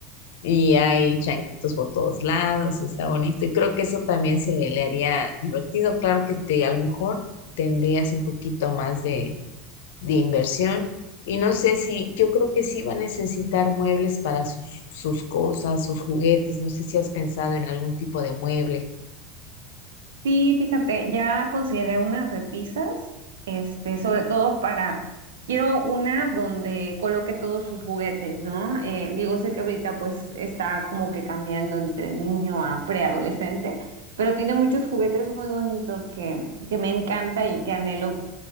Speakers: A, on the left; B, on the right.
A: y hay changuitos por todos lados y está bonito. Y creo que eso también se le haría divertido. Claro que te, a lo mejor tendrías un poquito más de, de inversión. Y no sé si, yo creo que sí va a necesitar muebles para sus, sus cosas, sus juguetes. No sé si has pensado en algún tipo de mueble.
B: Sí, fíjate, ya consideré unas repisas, este, sobre todo para, quiero una donde coloque todos sus juguetes, ¿no? Eh, digo, sé que ahorita pues está como que cambiando entre niño a preadolescente, pero tiene muchos juguetes muy bonitos que, que me encanta y que anhelo